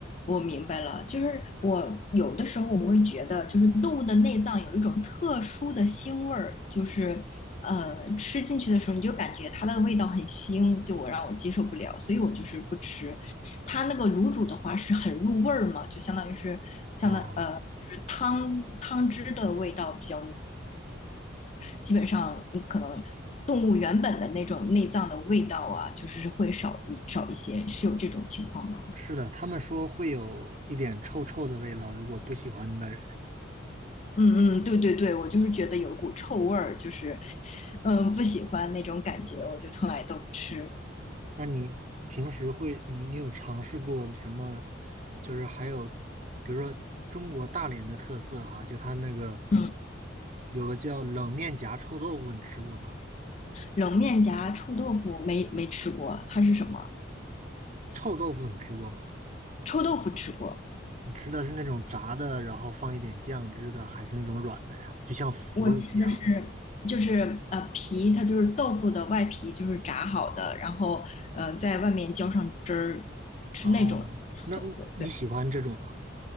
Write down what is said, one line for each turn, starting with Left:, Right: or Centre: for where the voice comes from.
Left: 我明白了。就是我有的时候我会觉得，就是动物的内脏有一种特殊的腥味儿，就是呃吃进去的时候你就感觉它的味道很腥，就我让我接受不了，所以我就是不吃。它那个卤煮的话是很入味儿嘛，就相当于是相当呃。
Right: 嗯，
Left: 就是汤汤汁的味道比较浓。基本上你可能动物原本的那种内脏的味道啊，就是会少一少一些，是有这种情况吗？
Right: 是的，他们说会有一点臭臭的味道，如果不喜欢的人。
Left: 嗯嗯，对对对，我就是觉得有一股臭味儿，就是嗯不喜欢那种感觉，我就从来都不吃。
Right: 那你平时会，你你有尝试过什么？就是还有，比如说中国大连的特色哈，就它那个
Left: 嗯，
Right: 有个叫冷面夹臭豆腐，你吃过吗？
Left: 冷面夹臭豆腐没没吃过，它是什么？
Right: 臭豆腐你吃过吗？
Left: 臭豆腐吃过，
Right: 你吃的是那种炸的，然后放一点酱汁的，还是那种软的呀？就像腐乳一样的。
Left: 我吃的是就是呃皮，它就是豆腐的外皮，就是炸好的，然后呃在外面浇上汁儿，吃那种
Right: 哦，那那你喜欢这种吗？
Left: 臭豆腐。